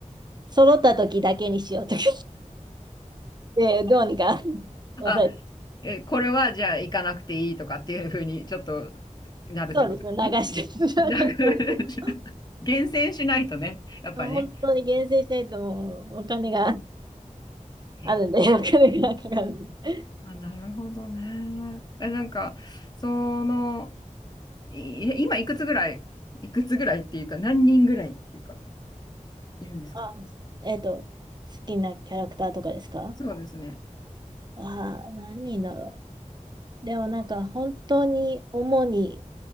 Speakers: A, on the right (about 35°); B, on the left (about 30°).
A: 揃った時だけにしようとか <laughs> で、どうにか抑えて。
B: あ、え、これはじゃあ行かなくていいとかっていうふうにちょっとなるってことですね。
A: そうですね、流して、<laughs> 流してるけ
B: うん、なんか <laughs> 厳選しないとね、やっぱりね。
A: ど、本当に厳選しないともうお金が
B: へー
A: あるんで、<laughs> お金がかかるんで。
B: あ、なるほどね。え、なんか、その、い今いくつぐらい、いくつぐらいっていうか、何人ぐらいっていうか、いるんですか
A: あ、えっと、好きなキャラクターとかですか
B: そうですね。
A: ああ何人だろう。でもなんか本当に主に